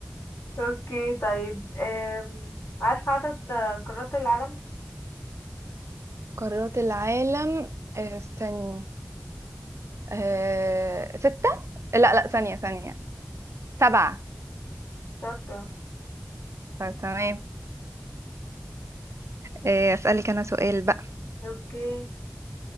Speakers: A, on the left; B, on the right.
A: اوكي طيب أم... عارفة عدد قارات العالم
B: قارات العالم آه، استني أه... ستة لا لا ثانية ثانية سبعة
A: شاطرة
B: طيب تمام إيه، اسألك انا سؤال بقى
A: اوكي